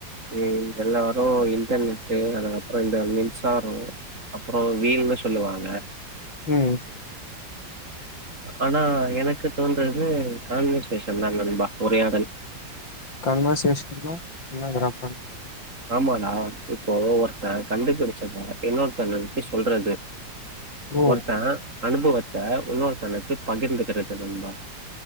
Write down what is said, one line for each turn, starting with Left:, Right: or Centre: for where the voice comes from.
Right: ம் எல்லாரு இன்டர்நெட்டு் அதுக்கப்றோ இந்த மின்சாரோ அப்பறோ வீல்னு சொல்லுவாங்க
Left: ம்
Right: ஆனா எனக்கு தோன்றது கான்வர்சேஷன் தா நண்பா உரையாடல்
Left: கன்வர்சேஷன்னா என்னதுடா பண்
Right: ஆமான்டா இப்போ ஒர்த்த கண்டு பிடிச்சத இன்னொருத்தங்கள்க்கு சொல்றது
Left: ஓ!
Right: ஒர்த்த அனுபவத்த உன்னொருத்தனுக்கு பகிர்ந்துக்குறது நண்பா